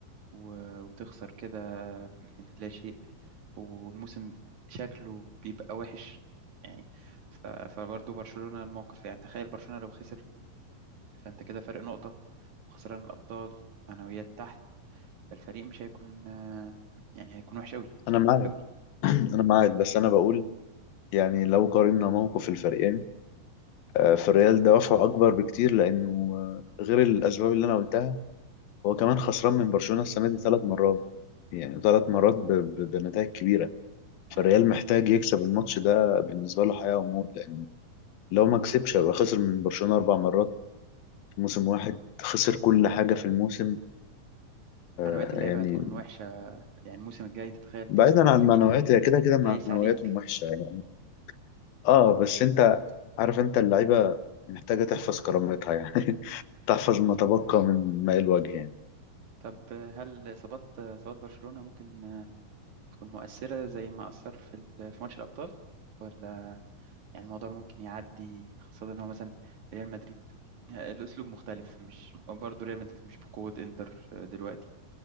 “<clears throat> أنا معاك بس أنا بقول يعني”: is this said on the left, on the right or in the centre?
Left